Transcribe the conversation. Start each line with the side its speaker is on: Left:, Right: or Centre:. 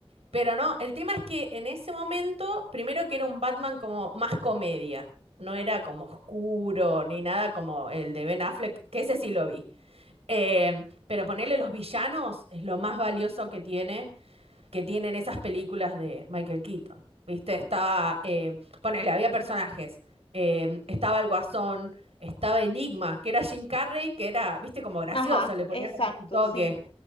Right: Pero no, el tema es que en ese momento, primero que era un Batman como más comedia, no era como oscuro ni nada como el de Ben Affleck, que ese sí lo vi. Eh, pero ponerle los villanos es lo más valioso que tiene, que tienen esas películas de Michael Keaton. ¿Viste? Estaba, eh, ponele, había personajes. eh, estaba el Guasón, estaba Enigma, que era Jim Carrey, que era, viste, como gracioso,
Left: ajá,
Right: le ponía
Left: exacto,
Right: como su toque.
Left: sí,